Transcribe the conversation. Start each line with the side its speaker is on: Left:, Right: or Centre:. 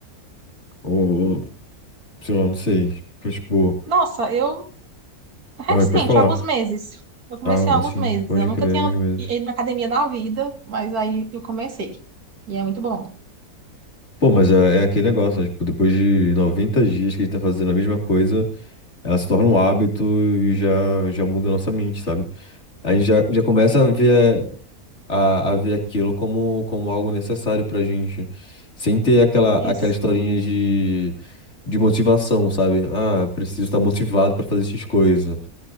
Left: Ou, ou, sei lá, não sei. Porque, tipo...
Right: Nossa, eu recente,
Left: Olha, pode falar.
Right: alguns meses. Eu comecei
Left: Ah,
Right: há alguns
Left: assim,
Right: meses.
Left: pode
Right: Eu nunca
Left: crer,
Right: tinha
Left: alguns meses.
Right: ido na academia na vida, mas aí eu comecei. E é muito bom.
Left: Pô, mas é, é aquele negócio, né? Tipo, depois de 90 dias que a gente tá fazendo a mesma coisa, ela se torna um hábito e já, já muda a nossa mente, sabe? A gente já, já começa a ver. a, a ver aquilo como, como algo necessário pra gente. Sem ter aquela,
Right: Isso.
Left: aquela historinha de, de motivação, sabe? Ah, preciso estar motivado pra fazer essas coisas.